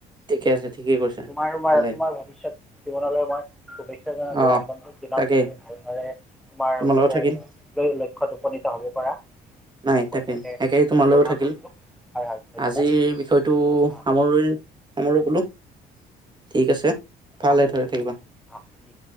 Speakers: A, on the right; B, in the centre.
A: ঠিকে আছে ঠিকেই কৈছা
B: তোমাৰ মই
A: ভালে
B: তোমাৰ ভৱিষ্যত জীৱনলৈ মই শুভেচ্ শুভেচ্ছা জনালো
A: অ
B: আগন্ত দিনত
A: তাকেই
B: তুমি ভালদৰে তোমাৰো
A: তোমাৰ
B: যাতে
A: লগত থাকিল
B: লক্ষ্যত উপনীত হ'ব পাৰা।
A: নাই তাকে
B: মই
A: একে তোমালৈও
B: কামনা
A: থাক কিল
B: কৰিলোঁ হয় হয় ধন্যবাদ
A: আজিৰ বিষয়টো
B: অঁ
A: সামৰি সামৰো বোলো। ঠিক আছে ভালে
B: অঁ
A: দৰে থাকিবা।
B: অঁ ঠিক আছে